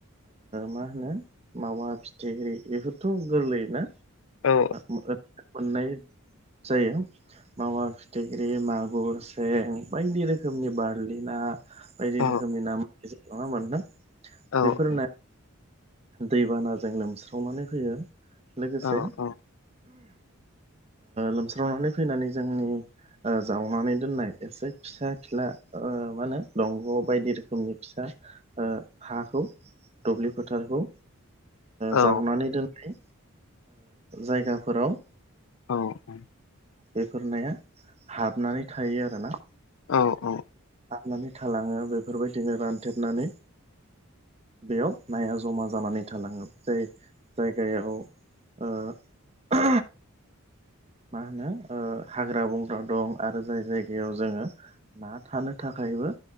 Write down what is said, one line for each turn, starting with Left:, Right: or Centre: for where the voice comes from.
Right: मा होनो मावा फिथिख्रि बेफोरथ' गोरलैया ना?
Left: औ
Right: मोननाय जायो मावा फिथिख्रि मागुर सें बायदि रोखोमनि बारलि ना बायदि
Left: औ
Right: रोखोमनि ना मसि नंङा होनबा नोंथां?
Left: औ
Right: बेफोर
Left: औ
Right: दैबानाजों लोमस्रावनानै फैयो लोगोसे
Left: औ औ
Right: लोमस्रावनानै फैनानै जोंनि जावनानै दोननाय एसे फिसा फिला मा होनो दंग' बायदि रोखोमनि फिसा हाखौ दुब्लि फोथारखौ
Left: औ
Right: जावनानै दोननाय जायगाफोराव
Left: औ औ
Right: बेफोर नाया हाबनानै थायो आरोना
Left: औ औ
Right: हाबनानै थालाङो बेफोरबायदिनो रानथेबनानै बेयाव नाया जमा जानानै थालांङो जाय जायगायाव ओ मा होनो हाग्रा बंग्रा दं आरो जाय जायगायाव जोंङो ना थानो थाखायबो